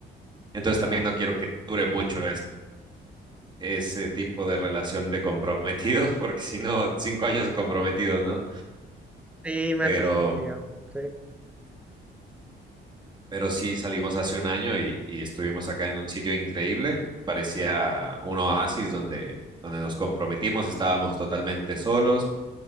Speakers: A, on the right; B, in the centre.
A: Entonces también no quiero que dure mucho ese tipo de relación de comprometidos, <laughs> porque si no, cinco años comprometidos, ¿no?
B: Sí, me
A: Pero,
B: hace sentido. Sí.
A: pero sí salimos hace un año y, y estuvimos acá en un sitio increíble, parecía un oasis donde, donde nos comprometimos, estábamos totalmente solos,